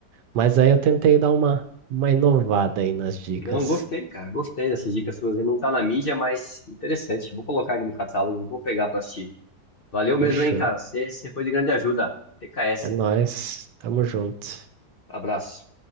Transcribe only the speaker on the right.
Mas aí eu tentei dar uma, uma inovada aí nas dicas.
Fechou.
É nóis. Tamo junto.